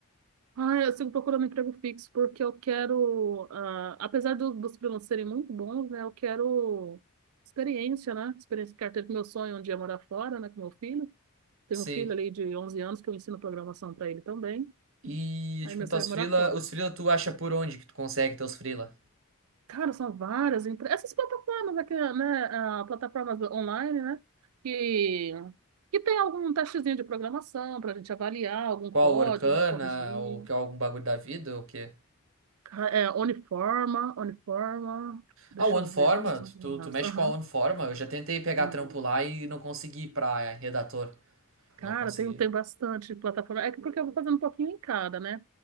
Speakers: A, on the right; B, on the right.
A: Ai, eu sigo procurando emprego fixo porque eu quero, ah, apesar do- dos freelancers serem muito bons, né? Eu quero experiência, né? Experiência de carteira, que meu sonho é um dia morar fora, né? Com meu filho. Tenho
B: Sim.
A: um filho ali de 11 anos que eu ensino programação para ele também.
B: E
A: Aí
B: tipo,
A: meu
B: tá
A: sonho
B: os
A: é morar
B: freela,
A: fora.
B: os freela tu acha por onde que tu consegue teus freela?
A: Cara, são várias empre- Essas plataformas aqui, né? ah, Plataformas online, né? Que, que tem algum testezinho de programação para a gente avaliar, algum
B: Qual,
A: código,
B: Orkana
A: né? Corrigir.
B: ou que algum bagulho da vida ou o quê?
A: Ca- É, Uniforma, Uniforma. Deixa
B: Ah, o OneForma,
A: eu ver. Nossa, são várias.
B: tu, tu mexe
A: Aham.
B: com a OneForma? Eu já tentei pegar
A: Uhum.
B: trampo lá e não consegui pra redator,
A: Cara,
B: não consegui.
A: tem, tem bastante plataforma. É que porque eu vou fazendo um pouquinho em cada, né?